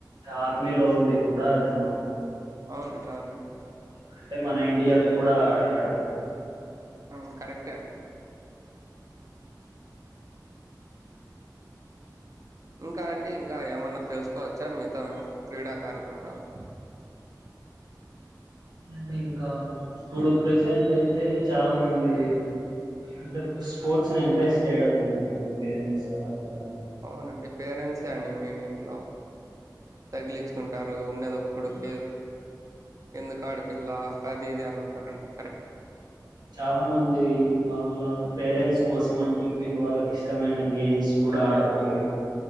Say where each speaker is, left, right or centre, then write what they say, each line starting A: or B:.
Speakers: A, on the right (about 70°); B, on the right (about 50°).
A: ఆర్మీలో ఉండి కూడా అతను
B: అవునండి అవునండి
A: అంటే మన ఇండియాకు కూడా ఆడాడు
B: అవును కరెక్టే అండి ఇంకా అండి ఇంకా ఏమన్నా తెలుసుకోవచ్చా మీతో మేము క్రీడా కార్యక్రమాలు
A: అండి ఇంకా ఇప్పుడు ప్రెజెంట్ అయితే చాలా మంది అంటే స్పోర్ట్స్ ని ఎంకరేజ్ చేయడం లేదండి పేరెంట్స్ అలా కూడా
B: అవునండి పేరెంట్సే అండి మెయిన్ ఇంట్లో తగిలించుకుంటారు ఉన్నది ఒక కొడుకే ఎందుకు ఆడిపిల్ల అది ఇది అని అంటారండి
A: చాలా మంది వాళ్ళ పేరెంట్స్ కోసం అని చెూప్పి ఇంక వాళ్ళకి ఇష్టమైన గేమ్స్ కూడా ఆడుకోకు